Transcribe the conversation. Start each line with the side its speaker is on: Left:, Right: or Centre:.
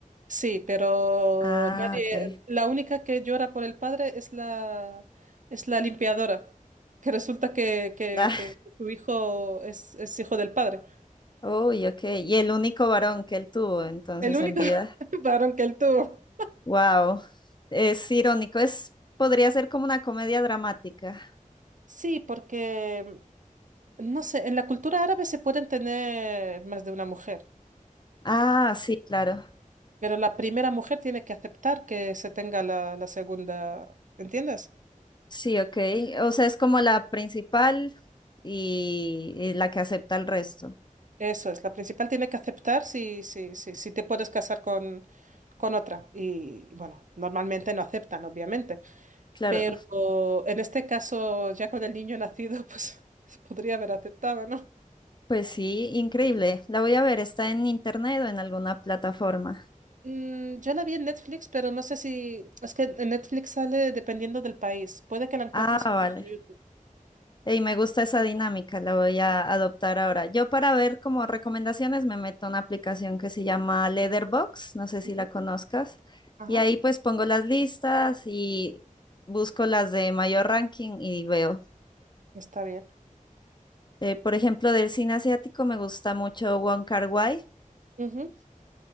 Right: Sí, pero
Left: Ah,
Right: nadie-
Left: ok. <laughs>
Right: la única que llora por el padre es la, es la limpiadora, que resulta que, que,
Left: Ah,
Right: que su hijo es, es hijo del padre.
Left: uy, ok. Y el único varón que él tuvo entonces
Right: El único
Left: en vida.
Right: <laughs> varón que él tuvo.
Left: Wow. Es irónico, es, podría ser como una comedia dramática.
Right: Sí, porque, no sé, en la cultura árabe se pueden tener más de una mujer.
Left: Ah, sí, claro.
Right: Pero la primera mujer tiene que aceptar que se tenga la, la segunda, ¿entiendes?
Left: Sí, ok. O sea, es como la principal y, y la que acepta el resto.
Right: Eso es, la principal tiene que aceptar si, si, si, si te puedes casar con, con otra. Y bueno, normalmente no aceptan, obviamente.
Left: Claro,
Right: Pero en este caso, ya con el niño nacido, pues <laughs> podría haber aceptado, ¿no?
Left: pues sí, increíble. La voy a ver, está en internet o en alguna plataforma.
Right: Mm, yo la vi en Netflix, pero no sé si... Es que en Netflix sale dependiendo del país. Puede que la encuentres
Left: Ah, vale.
Right: incluso en YouTube.
Left: Y me gusta esa dinámica, la voy a adoptar ahora. Yo para ver como recomendaciones me meto a una aplicación que se llama Letterbox, no sé si
Right: Ujú.
Left: la conozcas,
Right: Ajá,
Left: y ahí pues pongo las listas y busco las de mayor ranking y veo.
Right: está bien.
Left: Eh, por ejemplo, del cine asiático me gusta mucho Wong Kar-wai,
Right: Ujú.